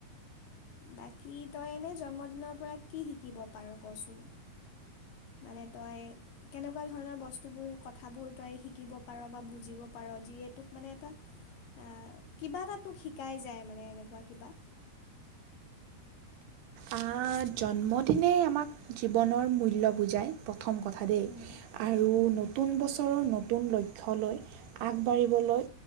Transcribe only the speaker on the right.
আহ', জন্মদিনে আমাক জীৱনৰ মূল্য বুজায়। প্ৰথম কথা দেই
আৰু
নতুন বছৰৰ নতুন লক্ষ্য লৈ আগবাঢ়িবলৈ